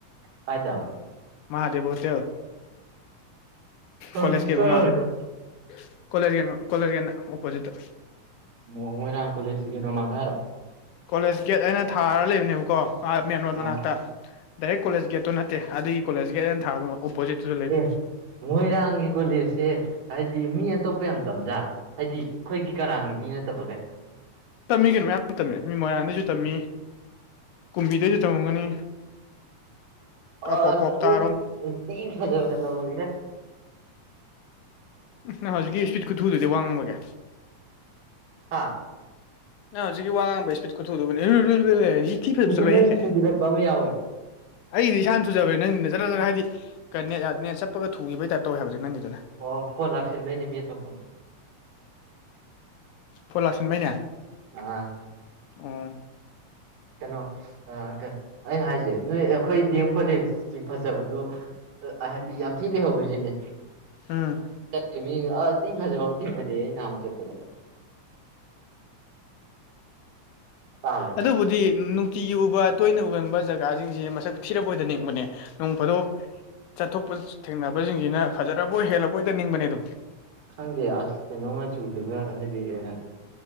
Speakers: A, on the right (about 85°); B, on the left (about 80°).
A: ꯀꯥꯏꯗꯕ
B: ꯃꯍꯥꯗꯦꯕ ꯍꯣꯇꯦꯜ
A: ꯎꯝ
B: ꯀꯣꯂꯦꯖ ꯒꯦꯠ
A: ꯀꯥꯏꯋꯥꯏꯗ
B: ꯃꯃꯥꯡꯗ ꯀꯣꯂꯦꯖ ꯒꯦꯠ ꯀꯣꯂꯦꯖ ꯒꯦꯠ ꯑꯣꯄꯣꯖꯤꯠꯇ
A: ꯑꯣ ꯃꯣꯏꯔꯥꯡ ꯀꯣꯂꯦꯖꯒꯤ ꯒꯦꯠ ꯃꯃꯥꯡꯗ ꯍꯥꯏꯔꯣ
B: ꯀꯣꯂꯦꯖ ꯒꯦꯠ ꯍꯥꯢꯅ ꯊꯥꯔꯒ ꯂꯩꯕꯅꯦꯕꯀꯣ ꯃꯦꯟ ꯔꯣꯗ
A: ꯑꯥ
B: ꯃꯅꯥꯛꯇ ꯗꯥꯏꯔꯦꯛ ꯀꯣꯂꯦꯖ ꯒꯦꯠꯇꯨ ꯅꯠꯇꯦ ꯑꯗꯨꯒꯤ ꯀꯣꯂꯦꯖ ꯒꯦꯠ ꯑꯅ ꯊꯥꯕ ꯑꯣꯄꯣꯖꯤꯠꯇꯨ ꯂꯩꯕꯅꯤ
A: ꯑꯦ ꯃꯣꯏꯔꯥꯡꯒꯤ ꯀꯣꯂꯦꯖꯁꯦ ꯍꯥꯏꯗꯤ ꯃꯤ ꯑꯇꯣꯞꯄ ꯌꯥꯝ ꯇꯝꯖꯥꯔꯣ ꯍꯥꯏꯗꯤ ꯑꯩꯈꯣꯏꯒꯤ ꯀꯔꯥꯡꯒꯤ ꯃꯤ ꯅꯠꯇꯕꯒꯩ
B: ꯇꯝꯃꯤ ꯀꯩꯅꯣ ꯃꯌꯥꯝ ꯇꯝꯃꯦ ꯃꯤ ꯃꯣꯏꯔꯥꯡꯗꯩꯁꯨ ꯇꯝꯃꯤ ꯀꯨꯝꯕꯤꯗꯩꯖꯨ ꯇꯝꯃꯝꯒꯅꯤ ꯀ
A: ꯑꯁ
B: ꯀ꯭ꯋꯥꯛ ꯀ꯭ꯋꯥꯛ
A: ꯑꯔꯣꯏꯕꯤ
B: ꯀꯥꯔꯣꯝ
A: ꯌꯥꯝ ꯊꯤ ꯐꯖꯕ ꯆꯠꯂꯧꯋꯤ ꯍꯦ
B: ꯎꯝ ꯅꯪ ꯍꯧꯖꯤꯛꯀꯤ ꯏꯁꯄꯤꯠ ꯈꯨꯊꯨꯗꯨꯗꯤ ꯋꯥꯡ ꯉꯥꯡꯕꯒꯤ
A: ꯍꯥꯥ
B: ꯅꯪ ꯍꯧꯖꯤꯛꯀꯤ ꯋꯥ ꯉꯥꯡꯕꯩ ꯏꯁꯄꯤꯠ ꯈꯨꯊꯨꯗꯨꯕꯨꯅꯤ <unintelligible> ꯊꯤꯅ ꯐꯖꯕ
A: ꯅꯪꯒꯤ
B: ꯆꯠꯂꯧꯋꯤꯍꯦ
A: ꯊꯤꯖꯤꯜꯂꯛꯄ ꯑꯃ ꯌꯥꯎꯋꯦ
B: ꯑꯩꯗꯤ ꯏꯁꯥꯅ ꯊꯨ ꯖꯕꯅꯦ ꯅꯪꯅ ꯖꯔ ꯖꯔ ꯍꯥꯏꯗꯤ ꯅꯦꯠ ꯅꯦꯠ ꯆꯠꯄꯒ ꯊꯨꯈꯤꯕꯒꯤ ꯇꯥꯏꯞ ꯇꯧꯋꯤ ꯍꯥꯏꯕ ꯅꯪꯒꯤꯗꯨꯅ
A: ꯑꯣ ꯐꯣꯟ ꯂꯥꯛꯁꯤꯟꯕꯩꯅꯦ ꯃꯤ ꯑꯇꯣꯞꯄ ꯑꯃ
B: ꯐꯣꯟ ꯂꯥꯛꯁꯤꯟꯕꯩꯅꯦ
A: ꯑꯥ
B: ꯑꯣ
A: ꯀꯩꯅꯣ ꯑꯥ ꯑꯩ ꯍꯥꯏꯖꯦ ꯅꯣꯏ ꯑꯩꯈꯣꯏ ꯗꯤ ꯑꯦꯝ ꯀꯣꯂꯦꯖꯀꯤ ꯐꯖꯕꯗꯨ ꯍꯥꯏꯗꯤ ꯌꯥꯝ ꯊꯤ ꯂꯩꯍꯧꯋꯦ ꯁꯤꯅꯤ
B: ꯎꯝ
A: ꯆꯠꯂꯤ ꯃꯤ ꯑꯁ ꯊꯤꯅ ꯐꯖꯕ ꯑꯃ ꯊꯦꯡꯅꯔꯛꯑꯦ ꯑꯩ ꯅꯍꯥꯟꯃꯨꯛ ꯆꯠꯄꯗ ꯇꯥꯕ꯭ꯔꯥ
B: ꯑꯗꯨꯕꯨꯗꯤ ꯅꯨꯡ ꯇꯤꯒꯤ ꯎꯕ ꯇꯣꯏꯅ ꯎꯒꯟꯕ ꯖꯒꯥꯖꯤꯡꯁꯦ ꯃꯁꯛ ꯊꯤꯔꯥꯕꯣꯏꯗ ꯅꯤꯡꯕꯅꯦ ꯅꯣꯡ ꯐꯗꯣꯛ ꯆꯠꯊꯣꯛꯄ ꯊꯦꯡꯅꯕꯖꯤꯡꯖꯤꯅ ꯐꯖꯔꯕꯣꯏ ꯍꯦꯜꯂꯕꯣꯏꯗ ꯅꯤꯡꯕꯅꯦ ꯑꯗꯨꯝ
A: ꯈꯪꯗꯦ ꯑꯁ ꯀꯩꯅꯣ ꯃꯆꯨꯗꯨꯒ ꯍꯥꯏꯗꯤ ꯑꯥ